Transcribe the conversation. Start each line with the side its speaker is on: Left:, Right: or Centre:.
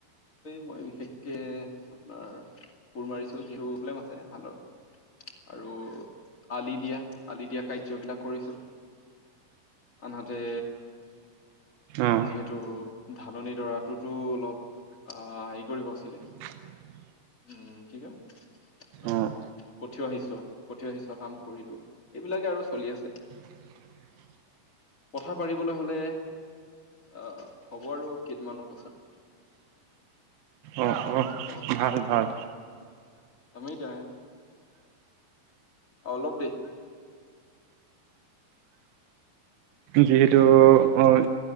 Left: মই বিশেষকে আপোনাৰ কোৰ মাৰিছো যিহেতু প্ৰব্লেম আছে হাল বোৱাৰ আৰু আলি দিয়া আলি দিয়া কাৰ্য বিলাক কৰিছো। আনহাতে
Right: অঁ
Left: যিহেতু ধাননি দৰাটোতো অলপ আ হেৰি কৰিব আছিলে।
Right: <inaudible>
Left: উম কি কয়- কঠিয়া
Right: অঁ
Left: সিছোৱা কঠিয়া সিচোৱা কামটো কৰিলো এইবিলাকে আৰু চলি আছে।
Right: <inaudible>
Left: পথা পাৰিবলৈ হলে আহ হ'ব আৰু কেইদিনমানৰ পাছত।
Right: অঁ অঁ
Left: যাব লাগিব,
Right: ভাল ভাল
Left: যায়েই এতিয়া এ আও অলপ দেই
Right: যিহেতু অ